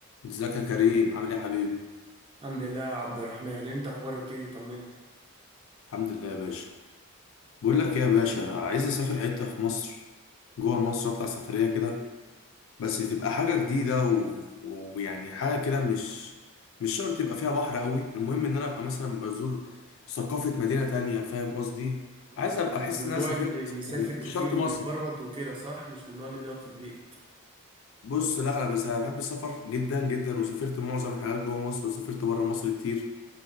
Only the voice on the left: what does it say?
ازيك يا كريم عامل ايه يا حبيبي
الحمد لله يا باشا بقول لك ايه يا باشا عايز اسافر حته في مصر جوه مصر اطلع سفريه كده بس تبقى حاجه جديده و- و- ويعني حاجه كده مش مش شرط يبقى فيها بحر قوي المهم ان انا ابقى مثلا بزور ثقافه مدينه تانية فاهم قصدي
عايز ابقى
احس
ان انا سافرت
يعني
مش شرط مصيف
بص لا انا بس أنا بحب السفر جدا جدا وسافرت معظم الحاجات جوه مصر وسافرت بره مصر كتير